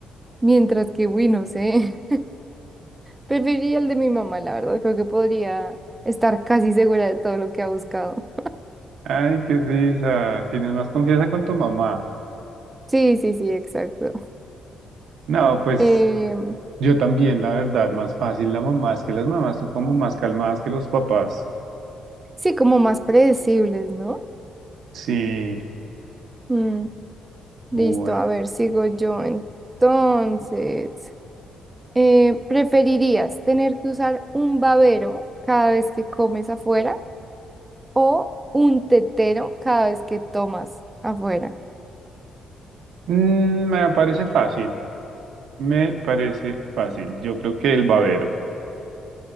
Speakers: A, on the right; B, on the right.
A: mientras que, uy, no sé. Preferiría el de mi mamá, la verdad. Creo que podría estar casi segura de todo lo que ha buscado.
B: Ay, qué risa. Tienes más confianza con tu mamá.
A: Sí, sí, sí, exacto.
B: No, pues
A: Em,
B: yo también, la verdad, más fácil la mamá. Es que las mamás son como más calmadas que los papás.
A: sí, como más predecibles, ¿no?
B: Sí,
A: Mm, listo,
B: bueno.
A: a ver, sigo yo entonces. eh, ¿preferirías tener que usar un babero cada vez que comes afuera o un tetero cada vez que tomas afuera?
B: Mm, me parece fácil. Me parece fácil. Yo creo que el babero.